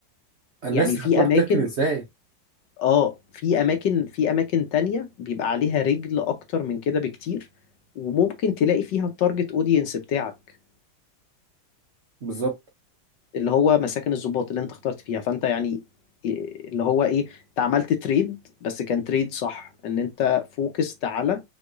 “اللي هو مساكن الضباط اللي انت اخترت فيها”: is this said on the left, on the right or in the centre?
Left